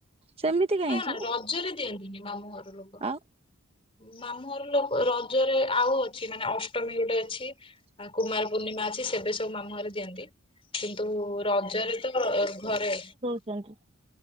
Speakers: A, on the right; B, on the left.
A: ସେମିତି କାହିଁକି?
B: ନା ନା ରଜରେ ଦିଅନ୍ତିନି ମାମୁଁ ଘର ଲୋକ।
A: ଆଉ
B: ମାମୁଁ ଘର ଲୋକ ରଜରେ ଆଉ ଅଛି ମାନେ ଅଷ୍ଟମୀ ଗୋଟେ ଅଛି ଆ କୁମାର ପୂର୍ଣ୍ଣିମା ଅଛି ସେବେ ସବୁ ମୁ ଘରେ ଦିଅନ୍ତି। କିନ୍ତୁ ରଜରେ ତ ଗ୍ର ଘରେ
A: ଦିଅନ୍ତି।